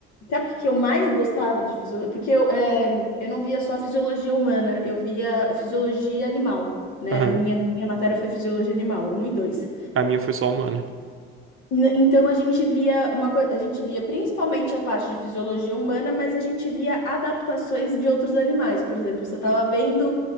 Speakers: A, on the left (about 65°); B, on the right (about 45°).
A: sabe o que que eu mais gostava de fisiologia? Porque eu, é, eu não via só fisiologia humana, eu via fisiologia animal, né?
B: Aham.
A: A minha, minha matéria foi fisiologia animal, um e dois
B: A minha foi só humana.
A: N- Então a gente via uma coisa, a gente via principalmente a parte de fisiologia humana, mas a gente via adaptações de outros animais. Por exemplo, você estava vendo